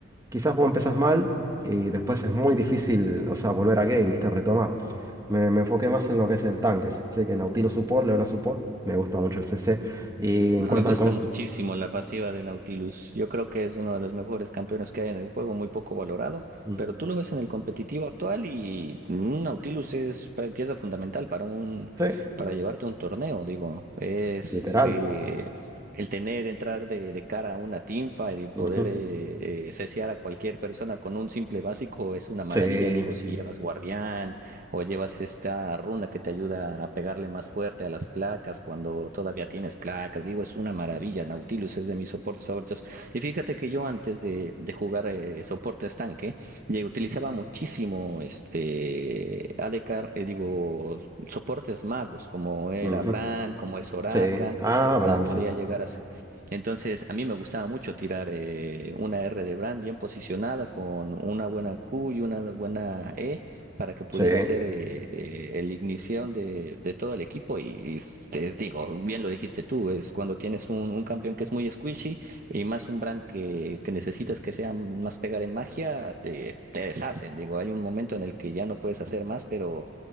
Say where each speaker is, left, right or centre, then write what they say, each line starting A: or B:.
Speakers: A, on the right; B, on the right.
A: quizás vos empezás mal y después es muy difícil, o sea, volver a game, viste, retomar. Me, me enfoqué más en lo que es el tanques. Así que Nautilus Support, Leona Support, me gusta mucho el CC. Y en
B: Me
A: cuanto
B: gusta
A: al cons...
B: muchísimo la pasiva de Nautilus. Yo creo que es uno de los mejores campeones que hay en el juego, muy poco valorado,
A: Mm,
B: pero tú lo ves en el competitivo actual y un Nautilus es pa- pieza fundamental para un
A: Sí,
B: para llevarte a un torneo, digo, es
A: literal.
B: eh, el tener entrar de, de cara a una teamfight y poder
A: Ujú,
B: eh, eh, ceciar a cualquier persona con un simple básico es una maravilla.
A: Sí.
B: Y digo, si llevas guardián o llevas esta runa que te ayuda a pegarle más fuerte a las placas cuando todavía tienes placas. Digo, es una maravilla. Nautilus es de mis soportes favoritos. Y fíjate que yo antes de, de jugar eh, soporte estanque, ya utilizaba muchísimo este ADK, eh, digo, soportes magos, como era
A: ujú,
B: Brand, como es Soraka,
A: Sí. Ah,
B: como
A: Bran,
B: podía
A: sí.
B: llegar a ser. Entonces, a mí me gustaba mucho tirar eh, una R de Brand bien posicionada con una buena Q y una buena E para que pudiera
A: Sí.
B: ser eh, eh, el ignición de, de todo el equipo. Y, y te digo, bien lo dijiste tú, es cuando tienes un, un campeón que es muy squishy y más un brand que, que necesitas que sea más pegar en magia, te, te deshacen. Digo, hay un momento en el que ya no puedes hacer más, pero